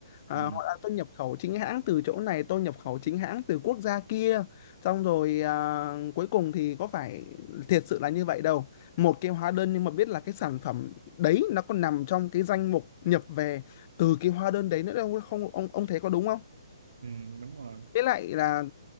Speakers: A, on the left (about 35°); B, on the right (about 75°).
A: À,
B: ừ,
A: họ đã tôi nhập khẩu chính hãng từ chỗ này tôi nhập khẩu chính hãng từ quốc gia kia xong rồi à, cuối cùng thì có phải thiệt sự là như vậy đâu một cái hóa đơn nhưng mà biết là cái sản phẩm đấy nó còn nằm trong cái danh mục nhập về từ cái hóa đơn đấy nữa đâu không ông ông thấy có đúng không
B: ừ, đúng rồi
A: với lại là